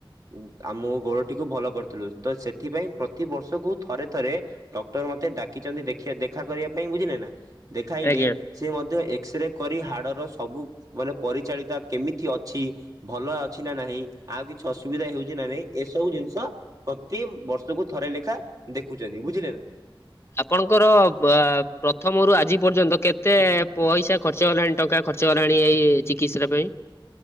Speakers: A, on the right; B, on the left.
A: ଉ ଆମ ଗୋଡ଼ଟିକୁ ଭଲ କରିଥିଲୁ ତ ସେଥିପାଇଁ ପ୍ରତିିବର୍ଷକୁ ଥରେ ଥରେ ଡକ୍ଟର ମ ମତେ ଡାକିଚନ୍ତି ଦେଖିଆ ଦେଖା କରିବା ପାଇଁ ବୁଝିଲେ ନାଁ? ଦେଖାଇଲେ
B: ଆଜ୍ଞା
A: ସେ ମଧ୍ୟ ଏକ୍ସରେ କରି ହାଡ଼ର ସବୁ ମାନେ ପରିଚାଳିତା କେମିତି ଅଛି ଭଲ ଅଛି ନାଁ ନାହିଁ ଆଉ କିଛି ଅସୁବିଧା ହେଉଚି ନାଁ ନାହିଁ ଏସବୁ ଜ ଇଂଷ ପ୍ରତି ବର୍ଷକୁ ଥରେ ଲେଖା ଦେଖୁଚନ୍ତି। ବୁଝିଲେ ନାଁ?
B: ଆପଣଙ୍କର ବା ପ୍ରଥମରୁ ଆଜି ପର୍ଯ୍ୟନ୍ତ କେତେ ପଇସା ଖର୍ଚ୍ଚ ହେଲାଣି ଟଙ୍କା ଖ ଅର୍ଚ୍ଚ ହେଲାଣି ଏଇ ଚିକିତ୍ସାଟା ପାଇଁ।